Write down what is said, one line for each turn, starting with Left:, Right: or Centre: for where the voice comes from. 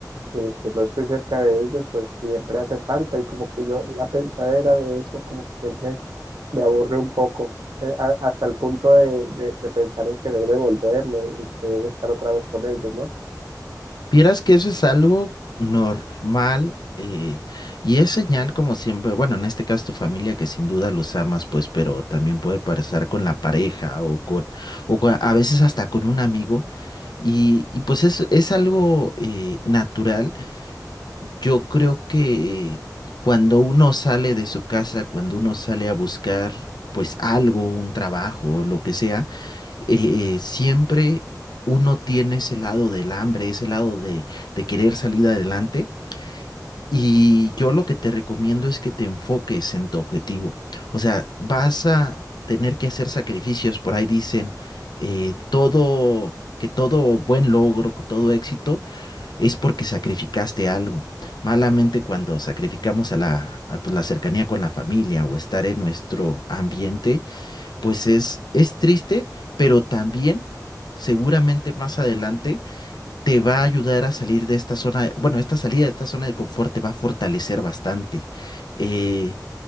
Right: que, que no estoy cerca de ellos, pues siempre hacen falta y como que yo la pensadera de eso, como que siempre me aburre un poco, eh, a- hasta el punto de, de- de pensar en querer devolverme y querer estar otra vez con ellos, ¿no?
Left: Vieras que eso es algo normal eh, y es señal como siempre, bueno, en este caso tu familia que sin duda los amas, pues, pero también puede pasar con la pareja o con, o con- a veces hasta con un amigo y, y pues es, es algo eh, natural Yo creo que cuando uno sale de su casa, cuando uno sale a buscar pues algo, un trabajo, lo que sea, eh, siempre uno tiene ese lado del hambre, ese lado de, de querer salir adelante. Y yo lo que te recomiendo es que te enfoques en tu objetivo. O sea, vas a tener que hacer sacrificios. Por ahí dicen eh, todo, que todo buen logro, que todo éxito es porque sacrificaste algo. Malamente cuando sacrificamos a la, a, pues, la cercanía con la familia o estar en nuestro ambiente, pues es, es triste, pero también seguramente más adelante te va a ayudar a salir de esta zona, bueno, esta salida de esta zona de confort te va a fortalecer bastante. Eh,